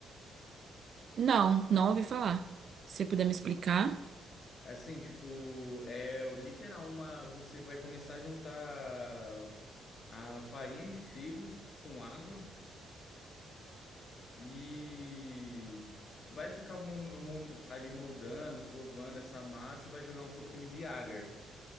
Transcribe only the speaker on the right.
Não, não ouvi falar. Se você puder me explicar.